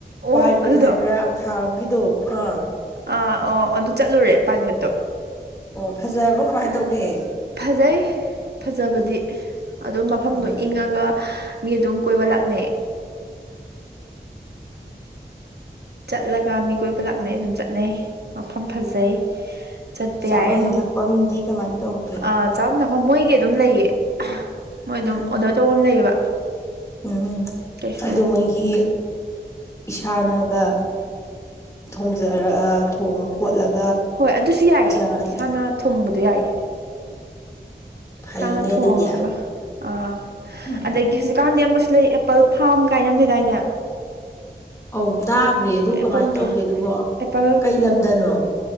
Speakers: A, on the right; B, on the left.
A: ꯑꯣ
B: ꯄꯥꯏꯟꯋꯨꯠ
A: ꯑꯗꯨꯗꯣ
B: ꯍꯥꯏꯕ꯭ꯔꯥ ꯊꯥꯔꯣꯝꯒꯤꯗꯣ ꯑꯥ
A: ꯑꯥ ꯑꯣ ꯑꯗꯨ ꯆꯠꯂꯨꯔꯦ ꯄꯥꯃꯤꯨꯠꯇꯣ
B: ꯑꯣ ꯐꯖꯕ꯭ꯔꯣ ꯀꯃꯥꯏꯅ ꯇꯧꯒꯦ
A: ꯐꯖꯩ ꯐꯖꯕꯗꯤ ꯑꯗꯨ ꯃꯐꯝꯗꯣ
B: ꯎꯝ
A: ꯏꯪꯉꯒ ꯃꯤ ꯑꯗꯨꯝ ꯀꯣꯏꯕ ꯂꯥꯛꯅꯩ ꯆꯠꯂꯒ ꯃꯤ ꯀꯣꯏꯕ ꯂꯥꯛꯅꯩ ꯑꯗꯨꯝ ꯆꯠꯅꯩ ꯃꯐꯝ ꯐꯖꯩ ꯆꯠꯄꯤ
B: ꯆꯥꯐꯝ
A: ꯌꯥꯌꯦ ꯑꯗꯨꯣ
B: ꯊꯛꯐꯝꯗꯤ ꯀꯃꯥꯏꯅ ꯇꯧꯒꯦ
A: ꯑ ꯆꯕ ꯅ ꯑ ꯃꯣꯏꯒꯤ ꯑꯗꯨꯝ ꯂꯩꯌꯦ ꯃꯣꯏ
B: ꯎꯝ
A: ꯑꯗꯨꯝ ꯑꯣꯗꯔ ꯇꯧꯕ ꯑꯃ ꯂꯩꯌꯦꯕ
B: ꯎꯝ
A: ꯀꯩꯁꯨ
B: ꯑꯗꯨ ꯃꯒꯤ ꯏꯁꯥꯅꯒ ꯊꯣꯡꯖꯔꯑ ꯊꯣꯡꯉ ꯈꯣꯠꯂꯒ
A: ꯍꯣꯏ ꯑꯗꯨꯁꯨ ꯌꯥꯏꯌꯦ
B: ꯆꯥꯔꯗꯤ
A: ꯏꯁꯥꯅ ꯊꯣꯡꯕꯗꯣ ꯌꯥꯏꯌꯦ
B: ꯐꯩꯅꯦ
A: ꯏꯁꯥꯅ ꯊꯣꯡꯉꯒ
B: ꯑꯗꯨꯗꯤ
A: ꯑꯥ
B: ꯎꯝ
A: ꯑꯗꯒꯤ ꯍꯧꯖꯤꯛ ꯀꯥꯟꯗꯦ ꯑꯃꯁꯨ ꯂꯩ ꯑꯦꯄꯜ ꯐꯥꯔꯝ ꯀꯥꯏꯅ ꯑꯃ ꯂꯩꯗꯥꯏꯅꯦ
B: ꯑꯧ ꯇꯥꯈ꯭ꯔꯦ ꯑꯗꯨ
A: ꯑꯦꯄꯜ
B: ꯀꯃꯥꯏꯅ ꯇꯧꯒꯦ ꯑꯗꯨꯕꯣ
A: ꯑꯦꯄꯜ
B: ꯀꯩ ꯂꯝꯗꯅꯣ